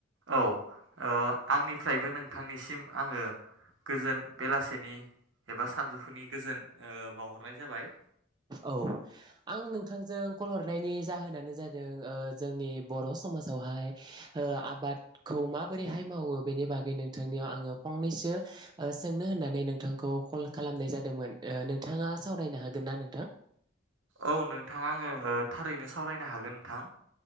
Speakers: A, on the right; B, on the right.
A: औ ओ आंनिफ्रायबो नोंथांनिसिम आङो गोजोन बेलासेनि एबा सानजौफुनि गोजोन ओ बाउहरनाय जाबाय
B: औ आं नोंथांजों कल हरनायनि जाहोनानो जादों ओ जोंनि बर' स समाजावहाय ओ आबादखौ माबोरैहाय मावो बेनि बागै नोंथांनियाव आं फंनैसो सोंनो होननानै नोंथांखौ कल खालामनाय जादोंमोन ओ नोंथाङा सावरायनो हागोन ना नोंथां
A: औ नोंथाङा आंङो ओ थारैनो सावरायनो हागोन नोंथां